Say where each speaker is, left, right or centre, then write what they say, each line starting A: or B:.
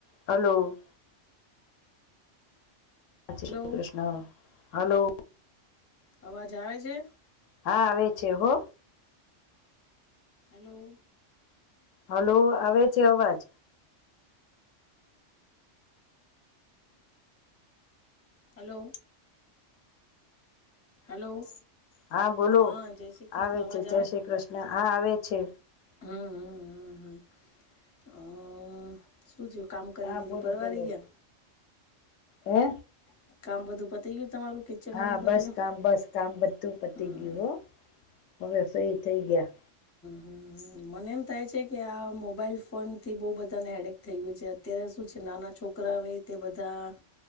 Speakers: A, on the left; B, on the left.
A: Hello. હા Shri
B: hello
A: Krishna hello.
B: અવાજ આવે છે?
A: હા આવે છે હો.
B: હલો.
A: હલો આવે છે અવાજ.
B: હલો. હલો.
A: હા બોલો
B: હા જય શ્રી કૃષ્ણ
A: આવે
B: અવાજ
A: છે જય શ્રી કૃષ્ણ હા આવે છે.
B: હમ હમ હમ હમ અ શું થીયુ કામ કરીને
A: હા
B: બધું
A: બોલો
B: પરવારી
A: બોલો
B: ગયા
A: હે
B: હે કામ બધું પતી ગયું. તમારું કિચનનું
A: હા
B: ને બધું
A: બસ કામ બસ કામ બધું પતી
B: હમ
A: ગયું હો. હવે ફ્રી થઈ ગયા.
B: હમમ મને એમ થાય છે કે આ મોબાઈલ ફોન થી બો બધાને હેડક થઈ ગયું છે અત્યારે શું છે નાના છોકરા હોય તે બધા